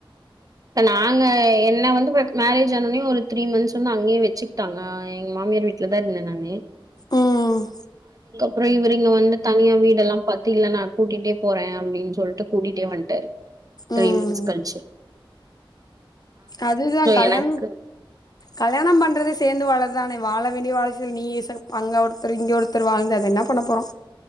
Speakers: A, on the right; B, on the left.
A: ப்ப நாங்க என்ன வந்து மேரேஜ் ஆனோனியு ஒரு த்ரீ மன்த்ஸ் வந்து அங்க்யே வெச்சுக்ட்டாங்க எங் மா மாமியார் வீட்ல தா இருந்த நானு
B: ம்
A: ப்றொ இவரு இங்க வந்து தனியா வீடெல்லா பாத்து இல்ல நா கூட்டிட்டே போற அப்டின் சொல்ட்டு கூட்டிட்டே வன்ட்டாரு த்ரீ
B: ம்
A: மன்த்ஸ் கல்ச்சு
B: அதுதா கல்யாண்
A: எனக்கு
B: கல்யாணம் பண்றது சே சேந்து வாளதானே வாள வேண்டிய வாய்சுல் நீ அங்க ஒருத்தர் இங்க ஒருத்தர் வாழ்ந்து அது என்ன பண்ண போறோ